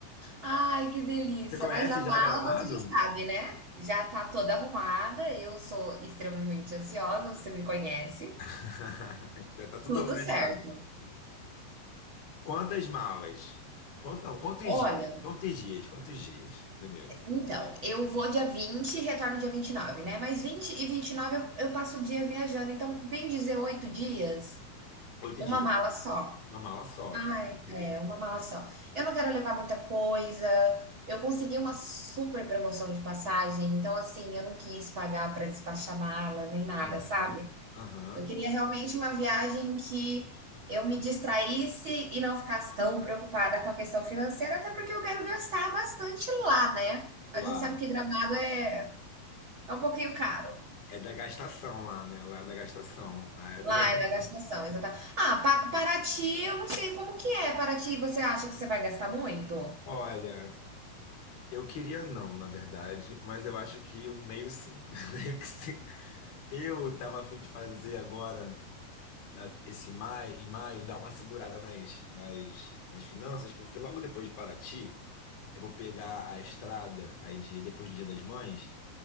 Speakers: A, on the right; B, on the left.
A: Ai, que delícia!
B: Você conhece
A: Mas a mala
B: já Gramado?
A: você já sabe, né? Já tá toda arrumada. Eu sou extremamente ansiosa, você me conhece.
B: <laughs> Já tá tudo
A: Tudo
B: organizado.
A: certo.
B: Quantas malas? Quanto, não, quantos
A: Olha,
B: dias? Quantos dias? Quantos dias? Primeiro.
A: então, eu vou dia 20 e retorno dia 29, né? Mas 20 e 29 eu, eu passo o dia viajando, então vem 18 dias,
B: Oito
A: uma
B: dias.
A: mala
B: né?
A: só.
B: Uma mala só.
A: Ai,
B: Isso.
A: é, uma mala só. Eu não quero levar muita coisa. Eu consegui uma super promoção de passagem, então assim, eu não quis pagar para despachar mala nem nada,
B: Aham,
A: sabe?
B: aham.
A: Eu queria realmente uma viagem que eu me distraísse e não ficasse tão preocupada com a questão financeira, até porque eu quero gastar bastante lá, né? A
B: Lá.
A: gente sabe que Gramado é, é um pouquinho caro.
B: É da gastação lá, né? Lá é da gastação. Lá é
A: Lá
B: da... <laughs>
A: é da gastação, exatamente. Ah, Pa- Paraty, eu não sei como que é. Paraty, você acha que você vai gastar muito?
B: Olha, eu queria não, na verdade, mas eu acho que o meio sim. <laughs> Meio que sim. Eu tava a fim de fazer agora, na- esse maio, em maio, dar uma segurada nas, nas, nas finanças, porque logo depois de Paraty, eu vou pegar a estrada aí de, depois do Dia das Mães.